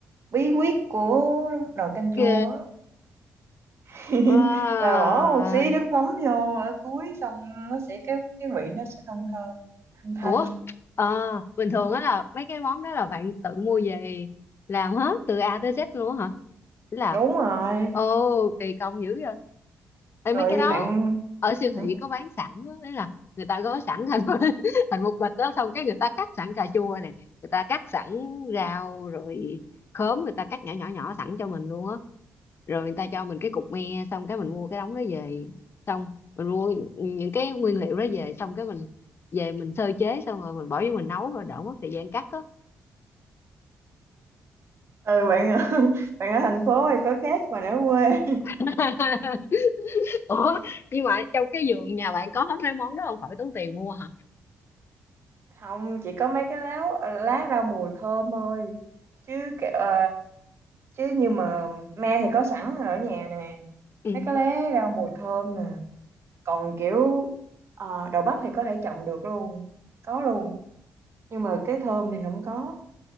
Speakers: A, on the right; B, on the left.
A: bí quyết của nồi canh
B: ghê
A: chua á. <laughs>
B: wow
A: là bỏ một xí nước mắm vô ở cuối xong nó sẽ cái cái vị nó sẽ thơm thơm thanh thanh
B: ủa ờ bình thường á là mấy cái món đó là bạn tự mua về làm hết từ A tới Z luôn á hả Ý là
A: đúng rồi
B: ồ kỳ công dữ vậy Ê,
A: rồi
B: mấy cái đó
A: bạn
B: ở siêu
A: hả?
B: thị có bán sẵn á đấy là người ta gói sẵn thành <laughs> thành một bịch đó xong cái người ta cắt sẵn cà chua nè người ta cắt sẵn rau rồi khóm người ta cắt nhỏ nhỏ nhỏ sẵn cho mình luôn á rồi người ta cho mình cái cục me xong cái mình mua cái đống đó về xong mình mua những cái nguyên liệu đó về xong cái mình về mình sơ chế xong rồi mình bỏ vô mình nấu rồi đỡ mất thời gian cắt á
A: ừ bạn <laughs> bạn ở thành phố hay có khác mà ở quê
B: <laughs> ủa nhưng mà trong cái vườn nhà bạn có hết mấy món đó không phải tốn tiền mua hả
A: không chỉ có mấy cái lá lá rau mùi thơm thôi chứ cái- ờ, chứ như mà me thì có sẵn ở nhà nè
B: ừ
A: mấy cái lá rau mùi thơm nè còn kiểu ờ, đậu bắp thì có thể trồng được luôn có luôn nhưng mà cái thơm thì không có